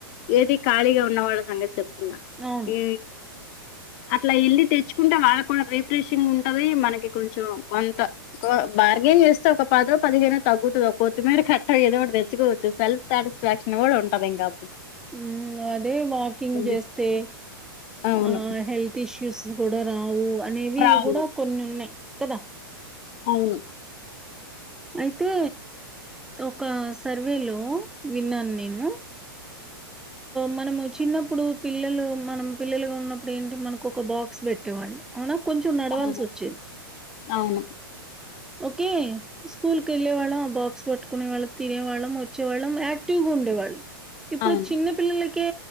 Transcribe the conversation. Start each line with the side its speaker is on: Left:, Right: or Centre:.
Left: ఏది ఖాళీగా ఉన్నవాళ్ళ సంగతి చెప్ చెప్తున్న
Centre: అవును
Left: ఏ అట్లా ఎళ్లి తెచ్చుకుంటే వాళ్ళ కూడా రిఫ్రెషింగ్ ఉంటుది మనకి కొంచెం కొంత కో బార్గెన్ చేస్తే ఒక పదో పదిహేనో తగ్గుతుది కొత్తిమీర కట్ట ఏదో ఒకటి తెచ్చుకోవచ్చు సెల్ఫ్ సాటిస్ఫై స్ఫాక్షన్ కూడా ఉంటది ఇంకా
Centre: ఉమ్ అదే వాకింగ్ చేస్తే
Left: చే అవును
Centre: ఆ హెల్త్ ఇష్యూ స్ కూడా రావు అనేవి
Left: రావు
Centre: కూడా కొన్ని ఉన్నాయి కదా
Left: అవును
Centre: అయితే ఒక సర్వే లో విన్నాన్ నేను మనము చిన్నప్పుడు పిల్లలు మనం పిల్లలుగా ఉన్నప్పుడు ఏంటి మనకొక బాక్స్ వెట్టేవాళ్ళు అవునా కొంచెం నడవాల్సొచ్చేది
Left: అవును అవును
Centre: ఓకే స్కూల్కేవాళ్ళం ఆ బాక్స్ పట్టుకునే వాళ్ళం తినేవాళ్ళం ఒచ్చే వాళ్ళం యాక్టివ్ గుండేవాళ్ళం
Left: అవును
Centre: చిన్న పిల్లలకే